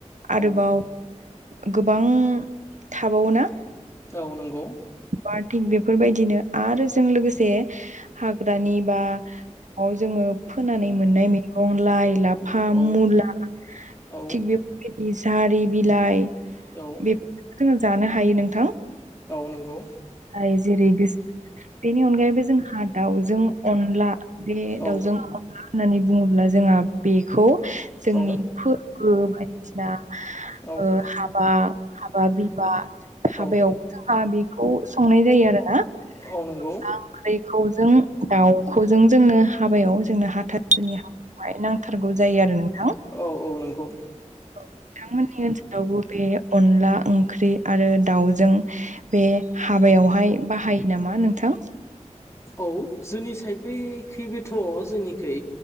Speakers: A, on the right; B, on the left.
A: आरोबाव
B: औ
A: गोबां थाबावो ना
B: औ नंगौ
A: बा थिग बेफोरबायदिनो आरो जों लोगोसे हाग्रानि बा जोङो फोनानै मोननाय मैगं लाइ लाफा
B: औ
A: मुला
B: औ
A: थिग बेफोरबायदि जारि बिलाइ
B: औ
A: बेफोर जोङो जानो हायो नोंथां
B: औ नंगौ
A: जाय जेरै गोसो बेनि अनगायैबो जोंहा दाउजों अनला बे
B: औ
A: दाउजों मा होननानै बुङोब्ला जोंहा बेखौ जोंनि
B: औ
A: फोरबो बायदिसिना
B: औ
A: ओ हाबा हाबा बिबा हाबायावबो
B: औ
A: जोंहा बेखौ संनाय जायो आरोना
B: औ नंगौ
A: अनला ओंख्रिखौ जों दाउखौ जों जोंनो हाबायाव जोंनो हाथासुनि हा बेहाय नांथारगौ जायो आरो नोंथां
B: औ औ नंगौ
A: नोंथांमोननि ओनसोलावबो बे अनला ओंख्रि आरो दाउजों बे हाबायावहाय बाहायो नामा नोंथां?
B: औ जोंनि साइड बैखैबोथ' जोंनिखै